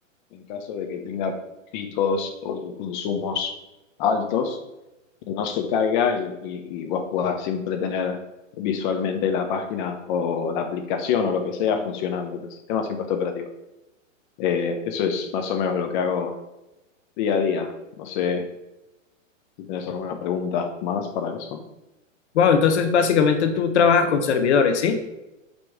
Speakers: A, on the left; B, on the left.
A: en caso de que tenga picos o consumos altos y no se caiga y, y- y vos puedas siempre tener visualmente la página o la aplicación o lo que sea funcionando, que el sistema siempre esté operativo. Eh, eso es más o menos lo que hago día a día. No sé. si tienes alguna pregunta más para eso.
B: Wow, entonces básicamente tú trabajas con servidores, ¿sí?